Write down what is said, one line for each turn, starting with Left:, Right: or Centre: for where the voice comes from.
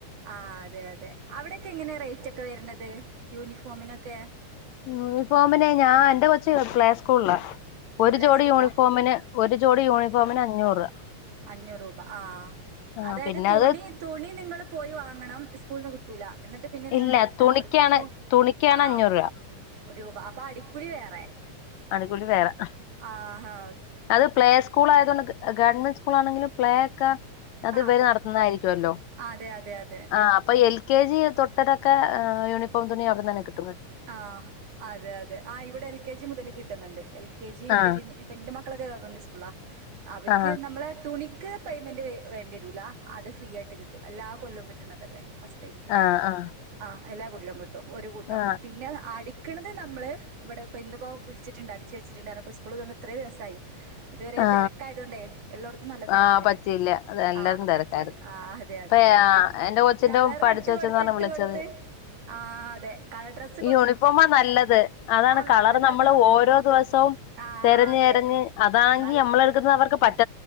Right: ആ അതെ അതെ അവിടെക്കെ എങ്ങനെ റേറ്റ് ഒക്കെ വര്ണത് യൂണിഫോമിനൊക്കെ
Left: യൂണിഫോമിന് ഞാൻ എന്റെ കൊച്ച പ്ലേ സ്കൂൾലാ ഒരു
Right: പ്ലേ
Left: ജോഡി
Right: സ്കൂളാ?
Left: യൂണിഫോമിന് ഒരു ജോഡി യൂണിഫോമിന് അഞ്ഞൂറ്
Right: അഞ്ഞൂർ രൂപ ആ
Left: ആ
Right: അതായ്ത്
Left: പിന്നെ
Right: തുണി
Left: അത്
Right: തുണി നിങ്ങൾൺള് പോയി വാങ്ങണം ഇസ് കൂൾന്ന് കിട്ടൂല എന്നിട്ട് പിന്നെ നിങ്ങള്
Left: ഇല്ല
Right: അടിക്കാൻ
Left: തുണിക്കാണ്
Right: കൊടുക്കും
Left: തുണിക്കാണ്
Right: ആ
Left: അഞ്ഞൂറ് രൂപ
Right: ഒരു പൊ അപ്പൊ അടിക്കൂലി വേറെ
Left: അടിക്കൂലി വേറെ
Right: ആഹ
Left: അത് പ്ലേ സ്കൂൾ ആയതൊണ്ട് ഗ ഗവൺമെന്റ് സ്കൂൾ ആണെങ്കിലും, പ്ലേ, ക്ക അത്
Right: ആഹ്
Left: ഇവര് നടത്തുന്നതായിരികോല്ലോ
Right: അതെ അതെ അതെ
Left: ആഹ് അപ്പൊ എൽ കെ. ജി തൊട്ടതൊക്കെ ആ യൂണിഫോം തുണി അവിട്നെന്നെ കിട്
Right: ആഹ്, അതെ. അതെ. ആ, ഇവിടെ എൽ കെ ജി മുതൽ കിട്ടുന്നുണ്ട് എൽ കെ ജി യു
Left: ആ
Right: കെ ജി പ്പ ന്റെ മ ക്കള്. ഗവൺമെന്റ് സ്കൂളാ അവർക്ക്
Left: ആ
Right: നമ്മളെ തുണി ക്ക് പേയ്മെന്റ്. വെ വേണ്ടിരൂല. അത് ഫ്രീ ആയിട്ട് കിട്ടും എല്ലാ കല്ലം കിട്ട്ണതല്ലേ ഫസ്റ്റ് ടൈമില്
Left: ആ ആ
Right: ആ എല്ലാ കൊല്ലം കിട്ടും ഒരു കൂട്ടം
Left: ആ
Right: പിന്നെ അടിക്കണത് നമ്മള് ഇവിടെ ഇപ്പ ഇ ന്ന്പ്പോ വിളിച്ചിട്ടുണ്ട് അടിച്ചു വെച്ചിട്ടുണ്ടപ്പൊ സ്കൂള് തൊന്ന് ഇത്രേ ദിസായി ഇതുവരെ.
Left: ആ
Right: തെരക്കായതോണ്ടേ എല്ലോടത്തും നല്ല തിരക്കല്ലേ
Left: ആ പറ്റിയില്ല അത് എല്ലാരും
Right: ആ
Left: തിരക്കായിരുന്നു
Right: പറ്റിയില്ല. ആ അതെ അതെ
Left: ഇപ്പ
Right: അതുകൊണ്ട്
Left: എന്റെ കൊച്ചിന്റെ
Right: കളർ
Left: പഠിച്ചു
Right: ഇട്ട്കൊട്ത്ത്.
Left: വെച്ചെന്ന് പറഞ്ഞ്
Right: ഇട്ട്
Left: വിളിച്ചത്
Right: കൊടുത്ത്. ആ. ആതെ. കളർഡ്രസ്സ്‌
Left: ഈ. യൂണിഫോമാ നല്ലത് അതാണ്
Right: നല്ലതതാ
Left: കളർ നമ്മള് ഓരോ ദിവസവും...
Right: ആഹ്
Left: തെരഞ്ഞ്.
Right: അതെ
Left: എരഞ്ഞ്. അതാണ്ങ്കി.
Right: നൽ
Left: നമ്മളൾകുന്ന. അവർക്ക് പറ്റ